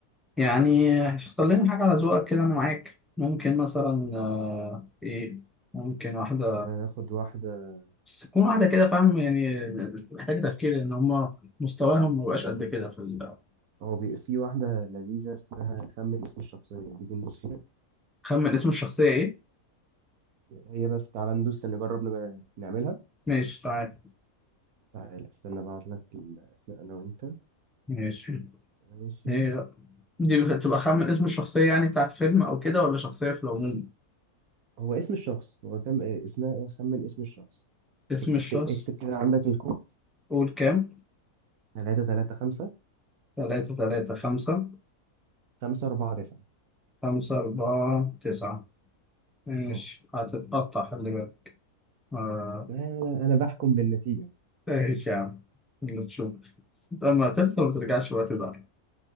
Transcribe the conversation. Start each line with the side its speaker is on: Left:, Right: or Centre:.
Centre: يعني اختار لنا حاجة على ذوقك كده أنا معاك ممكن مثلا آه، إيه؟ ممكن واحدة
Right: تعالى ناخد واحده
Centre: بس تكون واحدة كده فاهم يعني محتاجة تفكير إن هما مستواهم مبقاش قد كده في ال
Right: هو بي... في واحده لذيذه اسمها خمن اسم الشخصيه دي ندوس فيها
Centre: خمن اسم الشخصية إيه؟
Right: هي بس تعالى ندوس نجرب نج- نعملها
Centre: ماشي تعال
Right: تعالى استنى ابعت لك ال... احنا انا وانت
Centre: ماشي
Right: ماشي
Centre: هي دي بخ- تبقى خمن اسم الشخصية يعني بتاعت فيلم أو كده ولا شخصية في العموم؟
Right: هو اسم الشخص هو كم إيه، اسمها ايه خمن اسم الشخص
Centre: اسم
Right: اكتب
Centre: الشخص
Right: اكتب كده عندك الكود
Centre: قول كام؟
Right: 3 3 5
Centre: تلاتة تلاتة خمسة
Right: 5 4 9
Centre: خمسة أربعة تسعة ماشي
Right: اه
Centre: هتتقطع خلي بالك آه،
Right: انا أنا بحكم بالنتيجه
Centre: ماشي يا عم اللي تشوف بس أنت لما تخسر ما ترجعش بقى تزعل